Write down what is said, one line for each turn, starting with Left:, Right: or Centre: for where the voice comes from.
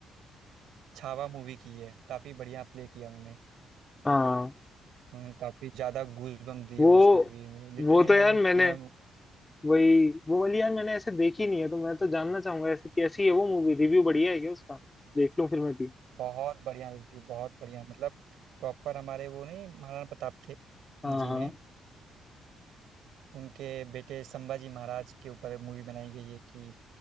Right: छावा मूवी की है काफी बढ़िया प्ले किया उन्होंने
Left: हाँ
Right: उन्होंने काफी ज्यादा गूजबम्प दिए
Left: वो
Right: उस मूवी में लिटरली
Left: वो तो यार
Right: मैंने
Left: मैंने
Right: सिनेमा
Left: वही वो वाली यार मैंने ऐसे देखी नहीं है तो मैं तो जानना चाहूंगा ऐसे कैसी है वो मूवी रिव्यू बढ़िया है क्या उसका देख लूं फिर मैं भी
Right: बहुत बढ़िया रिव्यू बहुत बढ़िया मतलब प्रॉपर हमारे वो नहीं महाराणा प्रताप थे
Left: हाँ
Right: जी
Left: हाँ
Right: हैं उनके बेटे संभाजी महाराज के ऊपर मूवी बनाई गई है कि